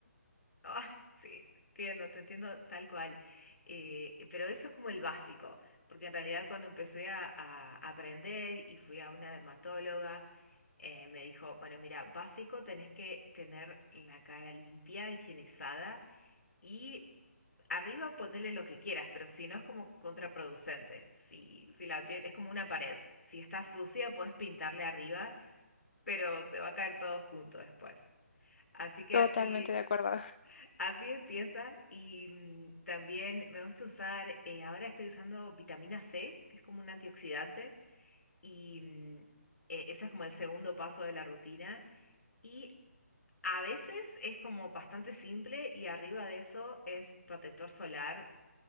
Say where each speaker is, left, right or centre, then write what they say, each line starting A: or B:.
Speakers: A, on the left; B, on the left.
A: Ah, sí, te entiendo, te entiendo tal cual. Eh, pero eso es como el básico, porque en realidad cuando empecé a, a aprender y fui a una dermatóloga, eh, me dijo, bueno, mira, básico tenés que tener la cara limpia, higienizada y arriba ponerle lo que quieras, pero si no es como contraproducente. Si, si la piel es como una pared, si está sucia puedes pintarle arriba, pero se va a caer todo junto después. Así que
B: Totalmente
A: así,
B: de acuerdo.
A: Así empieza y mm, también me gusta usar, eh, ahora estoy usando vitamina C, que es como un antioxidante, y mm, eh, ese es como el segundo paso de la rutina. Y a veces es como bastante simple y arriba de eso es protector solar